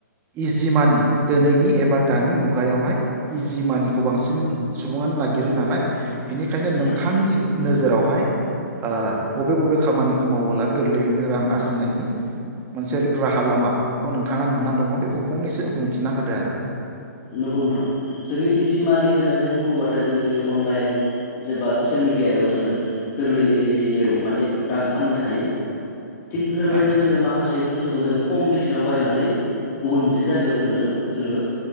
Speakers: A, on the right (about 20°); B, on the left (about 30°).
A: इजि मानि दिनैनि एबा दानि मुगायावहाय इजि मानिखौ बांसिन सुबुङानो नागिरो नालाय बिनिखायनो नों
B: औ
A: थांनि नोजोरावहाय ओ बबे बबे खामानिखौ मावोब्ला गोरलैयैनो रां आरजिनायनि मोनसे राहा लामाखौ नोंथाङा नुना दङ' बेखौ फंनैसो बुंथिना होदो आरो।
B: नंगौ नोंथां जोङो इजि मानि होननानै बुङोब्लाथाय जों दिनै अनलाइन जेबा ससियेल मिडियायाव जोङो गोरलैयै इजियै माने रां खामायनो हायो। थिग बेफोरबायदिनो
A: औ
B: जोङो माखासे बुस्थुखौ जों खम बेसेनाव बायनानै गुबुन मोनसे जायगायाव जोङो जोङो